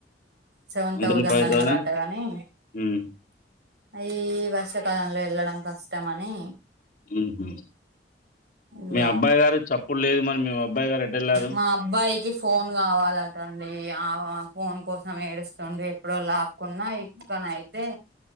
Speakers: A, on the right; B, on the left.
A: seven
B: monthly
A: thousand
B: five
A: అన్నాారట
B: thousand
A: గాని
B: హ్మ్.
A: అయి వర్షాకాలంలో వెళ్ళడం కష్టం అని
B: ఉహు
A: ఇగ
B: మీ అబ్బాయి గారు చప్పుడు లేదు మరి మీ అబ్బాయి గారు ఎటెల్లారు
A: మా అబ్బాయికి ఫోన్ కావాలట అండి ఆ ఫోన్ కోసం ఏడుస్తుండు ఎప్పుడో లాక్కున్నా ఇట్ నైతే